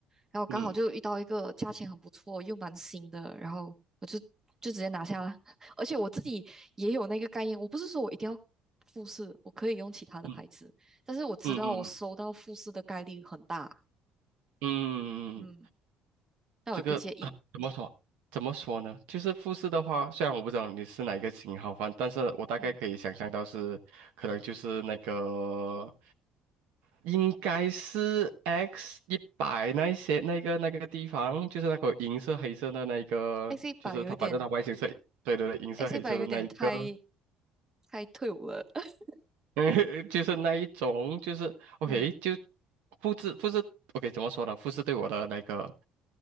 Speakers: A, on the right; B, on the right.
A: 然后刚好就遇到一个价钱很不错又蛮新的，
B: 嗯
A: 然后我就就直接拿下了。<laughs> 而且我自己也有那个概念，我不是说我一定要富士，我可以用其他的牌子，
B: 嗯
A: 但是我知道我收到富士的概率很大，
B: 嗯嗯嗯嗯嗯，
A: 嗯，那我也不介意，
B: 这个啊怎么说？
A: 嗯
B: 怎么说呢？就是富士的话，虽然我不知道你是哪一个型号反，但是我大概可以想象到是，
A: 嗯
B: 可能就是那个，应该是 X 一百那一些那个那个地方，就是那个银色黑色的那一个，
A: ，X 一百有点
B: 就是它反正它外形是，对对对，银色黑色的那一个，
A: X 一百有点太太退伍了，<laughs>
B: <laughs> 就是那一种，就是 OK
A: 嗯，
B: 就复制复制 OK 怎么说呢？复制对我的那个，